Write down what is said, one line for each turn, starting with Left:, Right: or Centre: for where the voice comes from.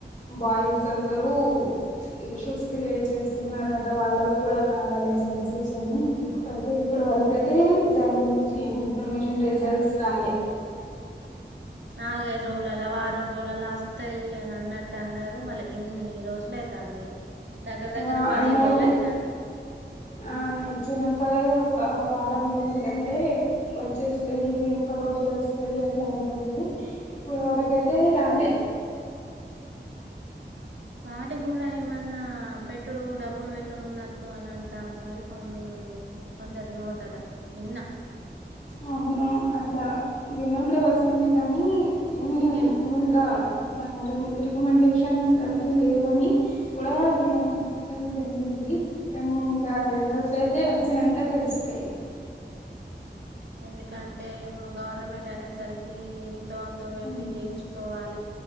Left: బాయ్స్ అందరూ ఇష్యూస్ క్రియేట్ చేస్తున్నారట వాళ్ళకు కూడా కావాలే ఛాన్సెస్ అని అయితే ఇప్పుడు వరకు అయితే దాని గురించి ఏమి ఇన్ఫర్మేషన్ రిజల్ట్స్ రాలే
Right: నాలుగైదు రోజులలా వారం రోజులలా వస్తాయి అని అన్నట్టు అన్నారు మళ్ళ గిన్ని రోజులు అయితంది దగ్గర దగ్గర
Left: ఆ
Right: పదిహేను
Left: అన్నారు
Right: రోజులు అయితంది
Left: ఆ ఇచ్చిన్నంక ఒక వారం రోజులల్లే వచ్చేస్తది ఒక రోజులు వస్తది అట్లా అన్నారు కనీ ఇప్పుడు వరకైతే రాలే
Right: వాటి కూడా ఏమన్నా పెట్టుడు డబ్బులు పెట్టుడు ఉన్నట్టు అని అంటన్నారు మరి కొన్ని కొందరి నోటలా ఇన్న
Left: అవున అట్లా ఇగ నోట్లోకి వస్తుంది కానీ ఏమి
Right: ఎనికిడి
Left: ఇంకా ఆ రి రికమెండేషన్స్ అవి లేవని కూడా వినడం జరిగింది కానీ ఇంక రిజల్ట్స్ అయితే వచ్చినంక తెలుస్తాయి
Right: ఎందుకంటే ఇప్పుడు గవర్నమెంట్ అనేసరికి ఇంతో అం తో పెట్టి
Left: ఉమ్,
Right: చేయించుకోవాలి